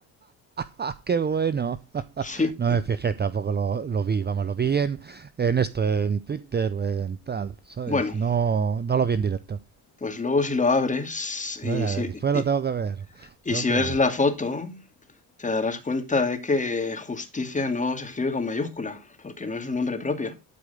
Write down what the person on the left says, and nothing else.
Sí,
bueno,
pues luego si lo abres y
si,
y-
y
si
ves
la foto, te darás cuenta de que justicia no se escribe con mayúscula, porque no es un nombre propio.